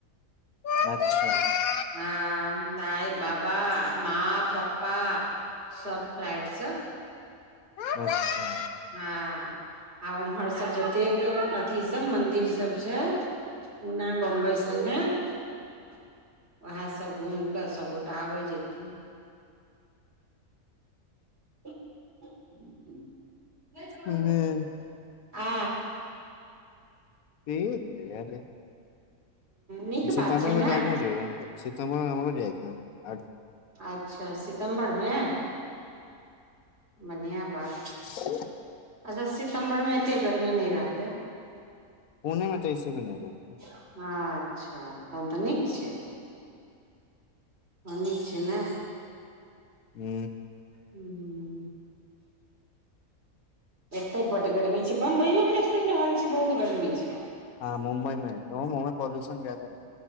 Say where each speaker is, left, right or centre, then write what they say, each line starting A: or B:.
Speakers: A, on the left; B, on the right.
A: अच्छा
B: ह दाई बाबा माँ पप्पा सब फ्लाइटसं
A: अच्छा
B: हँ आ उम्हरसँ जतेक अथी सब मंदिर सब छै पुना बम्बई सबमे उएह सभ घूमि कऽ सभगोटा आबय जेती <unintelligible> नहि
A: ह
B: <unintelligible> आ
A: से तऽ एल <unintelligible>
B: नीक
A: सितम्बर
B: बात छै
A: मे
B: ने
A: तऽ हमहूँ जेबै ने सितम्बर मे हमरो जाइ के हइ
B: अच्छा सितम्बरमे बनहियाँ बात
A: की
B: अच्छा सितम्बर मे एते गर्मी नहि रहतै
A: पुणे मे तऽ ऐसे भी नहि रही
B: अच्छा अच्छा तहन तऽ नीक छै ह निक छै ने
A: हू
B: हू एते बड्ड गर्मी छै बम्बईयोमे तऽ सुनि रहल छियै बहुत गर्मी छै
A: हँ मुम्बई मे तहु मे मुम्बई मे पोल्यूशन ज्यादा ह